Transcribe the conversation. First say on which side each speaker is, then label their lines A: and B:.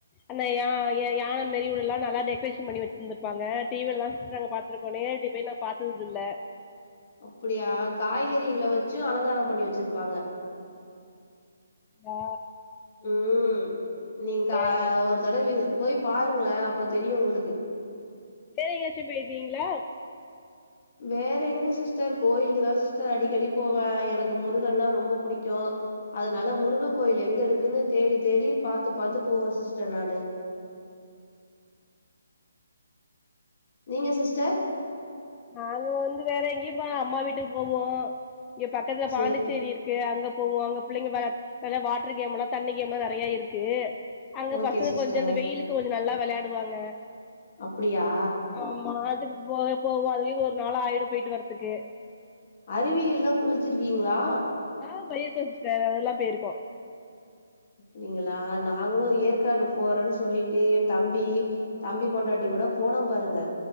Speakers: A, on the left; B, on the left.
A: ஆனா யா யான மேரி வுல்லா நல்லா டெக்ரேஷன் பண்ணி வெச்சுந்திருப்பாங்க டிவில தா சிஸ்டர் நாங்க பாத்துருக்கோ நேரடி பாத்ததுல்ல
B: அப்டியா காய்கறிகள வெச்சும் அலங்காரம் பண்ணி வெச்சிருப்பாங்க
A: ஆ
B: ம் நீங்க
A: வேற எங்கயாச்சு
B: ஒரு தடவ போய் பாருங்களே அப்ப தெரியு உங்களுக்கு
A: சரி எங்கச்சிப்போயிக்கீங்களா
B: வேற எங்க சிஸ்டர் கோயிலுக்கு தா சிஸ்டர் அடிக்கடி போவ எனக்கு முருகன்னா ரொம்ப புடிக்கு அதனால முருக கோயில் எங்க இருக்குன்னு தேடி தேடி பாத்து பாத்து போவே சிஸ்டர் நானு நீங்க சிஸ்டர்
A: நாங்க வந்து வேற எங்கயு போல அம்மா வீட்டுக்கு போவோ இங்க பக்கத்துல
B: சேரி
A: பாண்டிச்சேரி இருக் கு அங்க போவோ அங்க பிள்ளைங்க வெளா வாட்ர் கேம்மல்லா தண்ணி கேம்லா நெறைய இருக்கு அங்க
B: ஓகே
A: பசங்க
B: சிஸ்டர்
A: கொஞ்சம் அந்த வெயிலுக்கு கொஞ்சம் நல்லா வெளாடுவாங்க
B: அப்டியா
A: ஆமா அதுக்கு போவெ போவோ அதுலயு ஒரு நாள் ஆயிடு போயிட்டு வர்துக்கு
B: அருவியில்லா குளிச்சிருக்கீங்ளா
A: ஆ போயிருக்கோ சிஸ்டர் அதெல்லா போயிருக்கோ
B: அப்டிங்களா நாங்ளும் ஏற்காடு போறன்னு சொல்லிட்டு என் தம்பி தம்பி பொண்டாட்டி கூட போனோம் பாருங்க